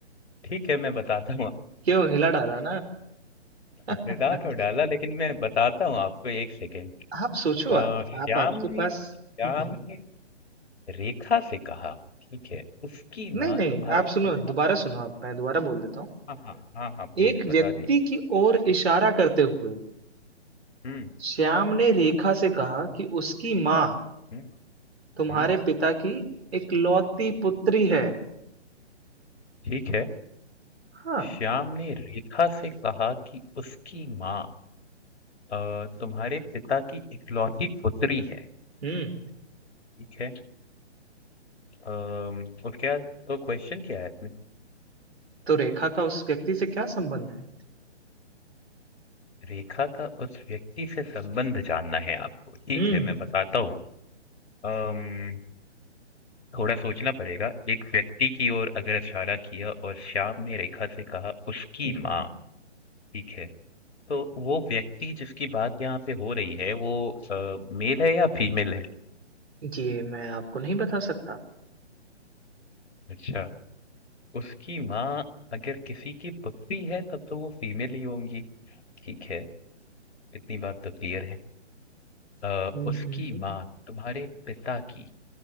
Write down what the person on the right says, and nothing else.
क्यों हिला डाला
ना
<laughs>
आप सोचो
आप
आप आपके
पास
हम्म हम्म।
नहीं
नहीं
आप सुनो
दोबारा सुनो आप मैं दोबारा बोल देता हूँ
एक
व्यक्ति
की ओर इशारा करते हुए
श्याम ने रेखा से कहा कि उसकी माँ
तुम्हारे
पिता की इकलौती पुत्री है
हाँ
हम्म
तो रेखा का उस व्यक्ति से क्या संबंध है
हम्म
हम्म हम्म।
ये मैं आपको नहीं बता सकता
हम्म
हम्म